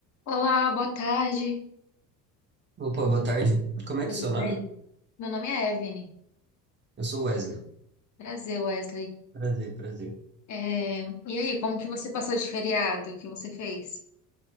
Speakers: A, on the left (about 35°); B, on the right (about 20°).
A: Olá, boa tarde,
B: Opa, boa tarde. Como é
A: tudo
B: que é o seu
A: bem?
B: nome?
A: Meu nome é Evelyn.
B: Eu sou Wesley.
A: Prazer, Wesley.
B: Prazer, prazer.
A: É, E aí, como que você passou de feriado? O que você fez?